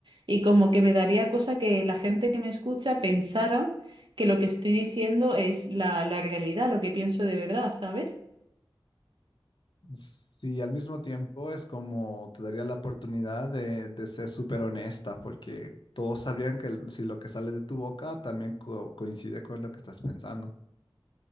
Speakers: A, on the right; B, on the left.
A: Y como que me daría cosa que la gente que me escucha pensara que lo que estoy diciendo es la, la realidad, lo que pienso de verdad, ¿sabes?
B: Sí, al mismo tiempo es como te daría la oportunidad de, de ser súper honesta, porque todos sabrían que el- si lo que sale de tu boca también co- coincide con lo que estás pensando.